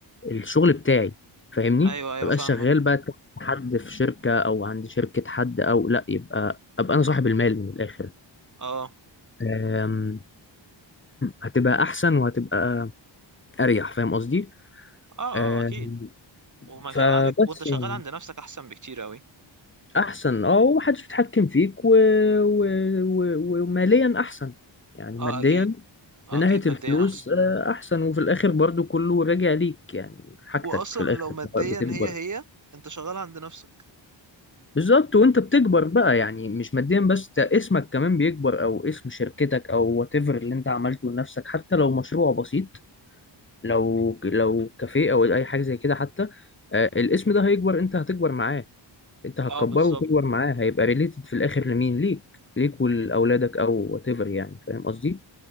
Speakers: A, on the left (about 25°); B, on the right (about 40°).
A: الشغل بتاعي فاهمني
B: ايوه ايوه
A: مبقاش
B: فاهمك
A: شغال بقى تحت حد في شركة أو عند شركة حد أو لأ يبقى أبقى أنا صاحب المال من الآخر
B: اه
A: أم، هتبقى أحسن وهتبقى أريح فاهم قصدي
B: اه
A: آمم،
B: اه اكيد وما
A: فبس
B: شاء عليك وانت شغال
A: يعني
B: عند نفسك احسن بكتير قوي
A: احسن اه ومحدش بيتحكم فيك و... و... و... وماليا احسن يعني
B: اه
A: ماديا
B: اكيد آه
A: من
B: اكيد
A: ناحية
B: ماديا
A: الفلوس
B: احسن
A: آه، احسن وفي الاخر برضو كله راجع ليك يعني حاجتك
B: واصلا
A: في الاخر
B: لو ماديا
A: بتكبر
B: هي هي انت شغال عند نفسك
A: بالظبط وانت بتكبر بقى يعني مش ماديا بس ده اسمك كمان بيكبر او اسم شركتك او وات ايفر اللي انت عملته لنفسك حتى لو مشروع بسيط لو لو كافيه او اي حاجة زي كده حتى آه، الاسم ده هيكبر انت هتكبر معاه انت هتكبره
B: اه بالظبط
A: وتكبر معاه هيبقى ريليتد في الاخر لمين ليك ليك ولاولادك او وات ايفر يعني فاهم قصدي